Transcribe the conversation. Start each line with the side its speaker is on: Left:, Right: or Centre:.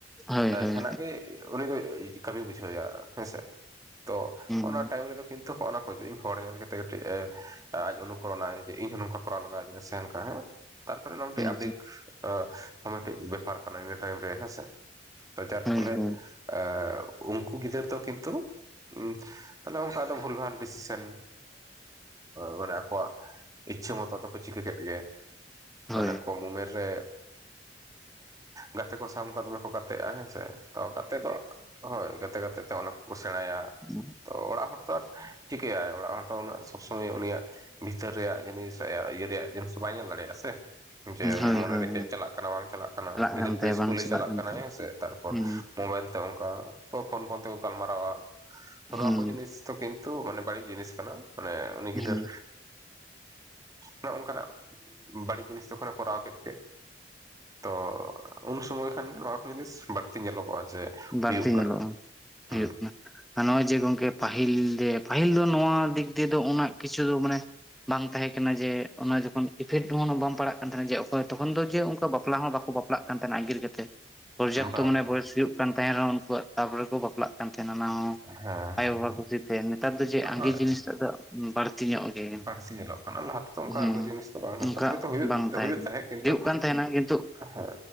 Centre: ᱦᱳᱭ
Right: ᱡᱟᱦᱟᱱᱟᱜ
Centre: ᱦᱳᱭ
Right: ᱜᱮ ᱩᱱᱤ ᱫᱚᱭ ᱠᱟᱹᱢᱤ ᱵᱩᱡᱷᱟᱹᱣᱮᱭᱟ ᱦᱮᱸᱥᱮ ᱛᱚ
Centre: ᱦᱩᱸ
Right: ᱚᱱᱟ ᱴᱟᱭᱤᱢ ᱨᱮᱫᱚ ᱠᱤᱱᱛᱩ ᱤᱧ ᱦᱚᱲ ᱧᱮᱞ ᱠᱟᱛᱮᱜ ᱠᱟᱹᱴᱤᱡ ᱚᱱᱩᱠᱚᱨᱚᱱᱟᱭ ᱡᱮ ᱤᱧ ᱦᱚᱸ ᱱᱚᱝᱠᱟ ᱠᱚᱨᱟᱣ ᱞᱟᱜᱟᱣ ᱤᱧ ᱥᱮ ᱦᱮᱸ ᱛᱟᱨᱯᱚᱨᱮ ᱱᱚᱶᱟᱢᱤᱫᱴᱮᱡ
Centre: ᱦᱩᱸ
Right: ᱵᱮᱯᱟᱨ ᱠᱟᱱᱟ ᱤᱱᱟᱹ ᱴᱟᱭᱤᱢ ᱨᱮ ᱦᱮᱸᱥᱮ ᱡᱟᱨ
Centre: ᱦᱳᱭ
Right: ᱯᱷᱚᱞᱮ
Centre: ᱦᱳᱭ
Right: ᱮ ᱩᱱᱠᱩ ᱜᱤᱫᱽᱨᱟᱹ ᱫᱚ ᱠᱤᱱᱛᱩ ᱩ ᱛᱟᱦᱞᱮ ᱚᱱᱠᱟ ᱫᱚ ᱵᱷᱩᱞ ᱵᱷᱟᱞ ᱰᱤᱥᱤᱥᱮᱱ ᱢᱟᱱᱮ ᱟᱠᱚᱣᱟᱜ ᱤᱪᱪᱷᱟᱹ ᱢᱚᱛᱚ ᱛᱚᱠᱚ ᱠᱤᱪᱷᱤ ᱠᱮᱫ ᱜᱮ
Centre: ᱦᱳᱭ
Right: ᱢᱟᱱᱮ ᱠᱚᱢ ᱩᱢᱮᱨ ᱨᱮ ᱜᱟᱛᱮ ᱠᱚ ᱥᱟᱶ ᱠᱚ ᱫᱚᱢᱮ ᱠᱚ ᱜᱟᱛᱮᱜ-ᱟ ᱦᱮᱸᱥᱮ ᱛᱟᱣ ᱠᱟᱛᱮ ᱫᱚ ᱦᱳᱭ ᱜᱟᱛᱮ ᱜᱟᱛᱮᱛᱮ ᱚᱱᱟ ᱠᱚᱠᱚ ᱥᱮᱬᱟᱭᱟ
Centre: <unintelligible>
Right: ᱛᱚ ᱚᱲᱟᱜ ᱦᱚᱲ ᱛᱚ ᱟᱨ ᱪᱤᱠᱟᱹᱭᱟᱭ ᱚᱲᱟᱜ ᱦᱚᱲ ᱛᱚ ᱩᱱᱟᱹᱜ ᱥᱚᱵᱽᱥᱳᱢᱚᱭ ᱩᱱᱤᱭᱟᱜ ᱵᱷᱤᱛᱟᱹᱨ ᱨᱮᱭᱟᱜ ᱡᱤᱱᱤᱥ ᱟᱭᱟᱜ ᱤᱭᱟᱹ ᱨᱮᱭᱟᱜ ᱡᱤᱱᱤᱥ ᱵᱟᱭ ᱧᱮᱞ ᱫᱟᱲᱮᱭᱟᱜᱼᱟ ᱥᱮ ᱡᱮ ᱩᱱᱤ
Centre: ᱦᱳᱭ
Right: ᱢᱚᱱᱮᱨᱮ
Centre: ᱦᱳᱭ
Right: ᱪᱮᱫ ᱪᱟᱞᱟᱜ ᱠᱟᱱᱟ ᱵᱟᱝ ᱪᱟᱞᱟᱜ ᱠᱟᱱᱟ ᱜᱤᱫᱽᱨᱟᱹ
Centre: ᱠᱟᱱ
Right: ᱛᱚ
Centre: ᱛᱟᱭᱟ
Right: ᱤᱥᱠᱩᱞᱮ
Centre: ᱵᱟᱝ
Right: ᱪᱟᱞᱟᱜ
Centre: ᱠᱟᱱ
Right: ᱠᱟᱱᱟᱭ
Centre: ᱛᱟᱭᱟ
Right: ᱦᱮᱸᱥᱮ ᱛᱟᱨᱯᱚᱨ
Centre: ᱦᱩᱸ
Right: ᱢᱳᱵᱟᱭᱤᱞ ᱚᱱᱠᱟ ᱛᱚ ᱯᱷᱳᱱ ᱯᱷᱳᱱ ᱛᱮᱜᱮᱠᱚ ᱜᱟᱞᱢᱟᱨᱟᱣᱟ ᱱᱚᱣᱟ
Centre: ᱦᱩᱸ
Right: ᱠᱚ ᱡᱤᱱᱤᱥ ᱠᱤᱱᱛᱩ ᱢᱟᱱᱮ ᱵᱟᱹᱲᱤᱡ ᱡᱤᱱᱤᱥ ᱠᱟᱱᱟ ᱢᱟᱱᱮ ᱩᱱᱤ
Centre: ᱦᱩᱸ
Right: ᱜᱤᱫᱟᱹᱨ ᱱᱚ ᱱᱚᱝᱠᱟᱱᱟᱜ ᱵᱟᱹᱲᱤᱡ ᱡᱤᱱᱤᱥ ᱛᱚᱠᱷᱚᱱᱮ ᱠᱚᱨᱟᱣ ᱠᱮᱛᱜᱮ᱾ ᱛᱚ ᱩᱱ ᱥᱩᱢᱚᱭ ᱠᱷᱟᱱᱜᱮ ᱱᱚᱣᱟ ᱠᱚ ᱡᱤᱱᱤᱥ ᱵᱟᱹᱲᱛ ᱧᱮᱞᱚᱜᱚᱜ-ᱟ ᱡᱮ
Centre: ᱵᱟᱹᱲᱛᱤ
Right: ᱦᱩᱭᱩᱜ
Centre: ᱧᱮᱞᱚᱜᱼᱟ
Right: ᱠᱟᱱᱟ ᱦᱩᱸ
Centre: ᱦᱩᱭᱩᱜ ᱠᱟᱱᱟ ᱟᱨ ᱱᱚᱜ-ᱚᱭ ᱡᱮ ᱜᱚᱝᱠᱮ ᱯᱟᱹᱦᱤᱞ ᱫᱮ ᱯᱟᱹᱦᱤᱞ ᱫᱚ ᱱᱚᱣᱟ ᱫᱤᱠ ᱫᱤᱭᱮ ᱫᱚ ᱩᱱᱟᱹᱜ ᱠᱤᱪᱷᱩ ᱫᱚ ᱢᱟᱱᱮ ᱵᱟᱝ ᱛᱟᱦᱮᱸ ᱠᱟᱱᱟ ᱡᱮ ᱚᱱᱟ ᱡᱚᱠᱷᱚᱱ ᱤᱯᱷᱮᱠᱴ ᱦᱚᱸ ᱵᱟᱝ ᱯᱟᱲᱟᱜ ᱠᱟᱱ ᱛᱟᱦᱮᱱᱟ ᱡᱮ ᱚᱠᱚᱭ ᱛᱚᱠᱷᱚᱱ ᱫᱚ ᱡᱮ ᱚᱱᱠᱟ ᱵᱟᱯᱞᱟ ᱦᱚᱸ ᱵᱟᱠᱚ ᱵᱟᱯᱞᱟᱜ ᱱᱟᱛᱮ ᱱᱟᱜ ᱟᱺᱜᱤᱨ ᱠᱮᱛᱮ ᱯᱚᱨᱡᱟᱯᱛᱚ
Right: ᱵᱟᱝ
Centre: ᱢᱟᱱᱮ ᱵᱚᱭᱮᱥ ᱦᱩᱭᱩᱜ ᱠᱟᱱ ᱛᱟᱦᱮᱸᱱ ᱨᱮᱦᱚᱸ ᱩᱱᱠᱩᱣᱟᱜ ᱪᱟᱯ ᱨᱮᱠᱚ ᱵᱟᱯᱞᱟᱜ ᱠᱟᱱ ᱛᱟᱦᱮᱱᱟ ᱱᱟᱶᱟ
Right: ᱦᱮᱸ ᱦᱮᱸ
Centre: ᱟᱭᱟᱭ ᱵᱟᱵᱟ ᱠᱚᱥᱛᱮ ᱱᱮᱛᱟᱨ ᱫᱚ ᱡᱮ
Right: ᱦᱳᱭ
Centre: ᱟᱸᱜᱤᱨ ᱡᱤᱱᱤᱥ ᱢᱟᱜ ᱫᱚ ᱵᱟᱹᱲᱛᱤ ᱧᱚᱜ ᱜᱮ
Right: ᱵᱟᱹᱲᱛᱤ ᱧᱮᱞᱚᱜ ᱠᱟᱱᱟ ᱞᱟᱦᱟ ᱛᱮᱫᱚ ᱚᱱᱠᱟ
Centre: ᱦᱮᱸ
Right: ᱟᱸᱜᱤᱨ ᱡᱤᱱᱤᱥ ᱫᱚ ᱵᱟᱝ ᱦᱩᱭᱩᱜ
Centre: ᱚᱱᱠᱟ
Right: ᱠᱟᱱ ᱛᱟᱦᱮᱸ ᱦᱚᱭᱛᱳ ᱦᱩᱭᱩᱜ
Centre: ᱵᱟᱝ ᱛᱟᱦᱮᱸ
Right: ᱦᱩᱭᱩᱜ
Centre: ᱠᱟᱱᱟ
Right: ᱛᱟᱦᱮᱸᱫ ᱠᱤᱱᱛᱩ
Centre: ᱦᱩᱭᱩᱜ ᱠᱟᱱ ᱛᱟᱦᱮᱱᱟ ᱠᱤᱱᱛᱩ
Right: ᱦᱮᱸ